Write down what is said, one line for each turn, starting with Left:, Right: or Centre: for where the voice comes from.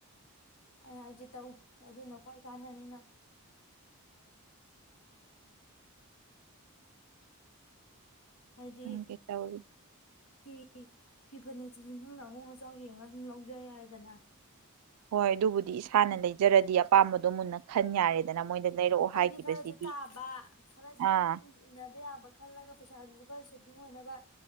Left: ꯑꯩ ꯍꯥꯏꯁꯦ ꯇꯧ ꯑꯗꯨꯅ ꯈꯣꯏ ꯀꯥꯟꯅꯥꯅꯤꯅꯪ꯫ <inaudible> ꯍꯥꯏꯗꯤ
Right: ꯈꯪꯗꯦ ꯇꯧꯔꯤꯁꯦ
Left: ꯐꯤ ꯐꯤ ꯐꯅꯦꯛꯁꯤꯁꯨ ꯅꯪꯅ ꯑꯍꯣꯡ ꯑꯆꯥꯎ ꯌꯦꯡꯉꯒ ꯑꯗꯨꯝ ꯂꯧꯖꯥ ꯌꯥꯔꯦꯗꯅ꯫
Right: ꯍꯣꯏ ꯑꯗꯨꯕꯨꯗꯤ ꯏꯁꯥꯅ ꯂꯩꯖꯔꯗꯤ ꯑꯄꯥꯝꯕꯗꯣ ꯃꯨꯟꯅ ꯈꯟ ꯌꯥꯔꯦꯗꯅ ꯃꯣꯏꯗ ꯂꯩꯔꯛꯑꯣ
Left: ꯍꯥꯏꯗꯤ
Right: ꯍꯥꯏꯈꯤꯕꯁꯤꯗꯤ
Left: ꯈꯔꯁꯨ ꯇꯥꯕ ꯈꯔꯁꯨ
Right: ꯑꯥ
Left: ꯑꯗꯨꯝ ꯏꯟꯅꯕ ꯌꯥꯕ ꯈꯜꯂꯒ ꯄꯩꯁꯥꯗꯨꯁꯨ ꯈꯔ ꯁꯦꯕꯤꯡ ꯑꯣꯏꯅꯕ